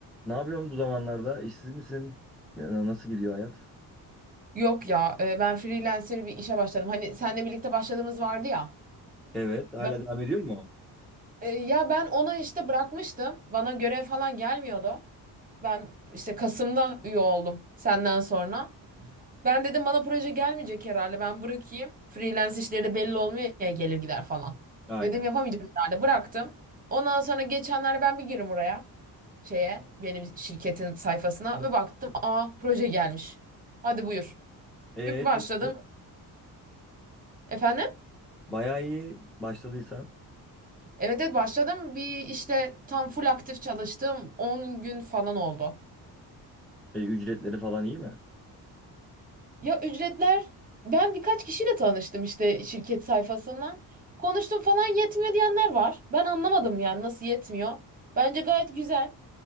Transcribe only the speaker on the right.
Yok ya e, ben freelancer bir işe başladım. Hani seninle birlikte başladığımız vardı ya.
Ben,
e, ya ben ona işte bırakmıştım. Bana görev falan gelmiyordu. Ben işte Kasım'da üye oldum senden sonra. Ben dedim bana proje gelmeyecek herhalde. Ben bırakayım. Freelance işleri de belli olmuyor ya gelir gider falan.
Dedim yapamayacağım herhalde. Bıraktım. Ondan sonra geçenlerde ben bir girdim oraya. Şeye benim şirketin sayfasına ve baktım aa proje gelmiş. Hadi buyur.
Bir başladım.
Efendim?
Evet evet başladım. Bir işte tam full aktif çalıştığım On gün falan oldu.
Ya ücretler ben birkaç kişiyle tanıştım işte şirket sayfasından. Konuştum falan yetmiyor diyenler var. Ben anlamadım yani nasıl yetmiyor. Bence gayet güzel.